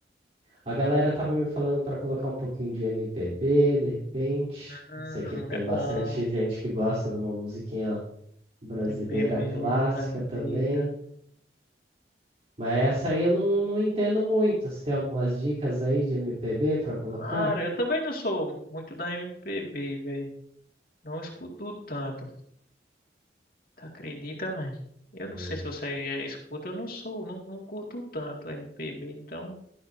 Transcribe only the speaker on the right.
A galera tava me falando pra colocar um pouquinho de MPB, de repente.
Eu sei que tem
bastante gente que gosta de uma musiquinha brasileira
clássica
também. Mas essa aí eu não, não entendo muito. Você tem algumas dicas aí de MPB para colocar?
Hum.